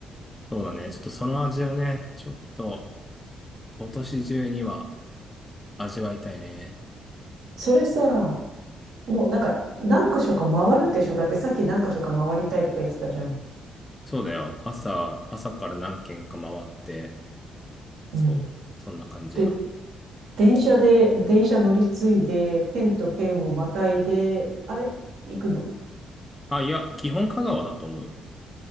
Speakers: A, on the left (about 20°); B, on the right (about 65°).
A: そうだね。ちょっとその味をね、ちょっと今年中には味わいたいね。
B: それさ、もうなんか、何箇所か回るんでしょだってさっき何箇所か回りたいとか言ってたじゃん。
A: そうだよ。朝、朝から何軒か回って、そう、
B: うん。
A: そんな感じや。
B: で、電車で、電車乗り継いで、県と県をまたいで、あれ、行くの
A: あ、いや、基本香川だと思うよ。